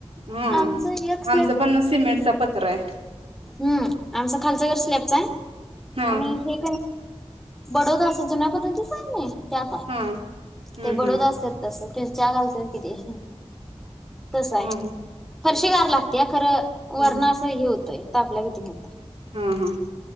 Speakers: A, on the right; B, in the centre.
A: हम
B: आमचं एक
A: आमचं पण सिमेंटचा पत्रा आहे.
B: हम आमच खालच घर स्लॅबच हाय
A: हा
B: आणि हे बडोद असं जुन्या पद्धतीच आहे नाय त्या
A: हा हम्म
B: ते बडोद
A: हम्म
B: असत्यात तस फिरच्या घालतात किती. तस आहे
A: हा हा
B: फरशी गार लागतेया खरं
A: हम्म
B: वरण असं हे होत. ताटल्यागत म्हणतोय.
A: हा हा.